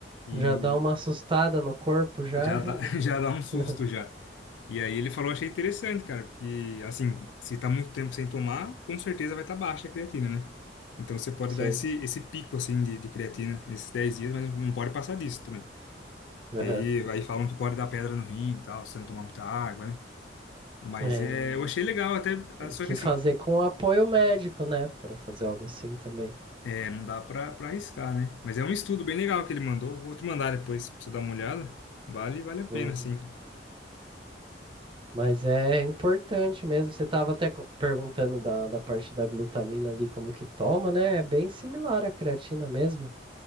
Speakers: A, on the left (about 80°); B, on the right (about 30°).
A: E
B: Já dá uma assustada no corpo já.
A: já dá, <laughs> já dá um susto
B: <laughs>
A: já. E aí ele falou, achei interessante, cara, porque assim, se tá muito tempo sem tomar, com certeza vai estar tá baixa a creatina, né? Então você pode
B: Sim.
A: dar esse, esse pico assim de, de creatina nesses 10 dias, mas não pode passar disso também.
B: Aham.
A: E aí, aí falam que pode dar pedra no rim e tal, se não tomar muita água, né? Mas
B: É,
A: é, eu achei legal até, ah,
B: tem
A: só
B: que
A: que assim,
B: fazer com apoio médico, né? Pra fazer algo assim também.
A: é, não dá pra, pra arriscar, né? Mas é um estudo bem legal que ele mandou, vou te mandar depois pra você dar uma olhada. Vale, vale a pena,
B: Uhum.
A: sim.
B: Mas é importante mesmo. Você estava até co- perguntando da, da parte da glutamina ali, como que toma, né? É bem similar à creatina mesmo.